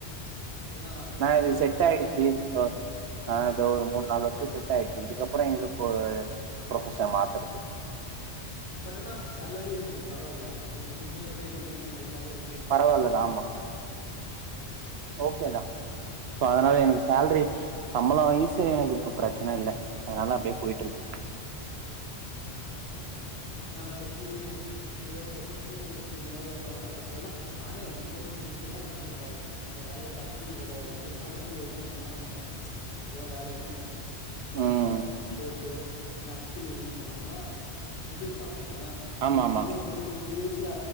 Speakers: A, on the left; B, on the right.
A: ஏன்னா இப்ப
B: நான் இது
A: அடிஷ்னலா
B: செட் ஆயிடுச்சு
A: இது முடிச்
B: ஆ
A: ஓகே
B: அத
A: ஓகே
B: ஒரு மூனு நாலு வருஷோ செட் ஆயிடுச்சு இதுக்கப்புறோ எங்க ப்ரொபஷன் மாத்தறது
A: பட் ஆனா சேலரி எப்டி பரவாயில்லையா இதுக்கு மேல அப்டியே கண்டியூ பண்ணி இந்த சேலரி
B: பரவாயில்லதாம் ஆமா
A: ஓகே
B: ஓகேன்னா சோ அதனால எனக்கு சேல்ரி சம்மளம்வய்ஸ்சு எனக்கு இப்ப பிரச்சனை இல்ல அதனால அப்டியே போயிட்டுருக்கு
A: பரவாயில்ல ஏன்னா மோஸ்ட்லி சில ப்ரொபஷனல இந்த மாரி இருக்கவங்க எல்லா நானே இன்ஜினியரிங் முடிச்சேன்னா நானே இப்ப வேலய பாத்துட்டு இவ்வளவு வருதுன்னா அடுத்தது எதவு பண்ணா ஏதோ வேற ஏதா
B: ம்
A: கோர்ஸோ இல் அப்பில் எதுவு பண்ணாதா இன்கிரீஸ் ஆகு ஏன்னா
B: ஆமா
A: நம்பளுக்கு
B: ஆமா
A: இன்னு ஒரு டூ டூ த்ரீ இயர்ஸ்ல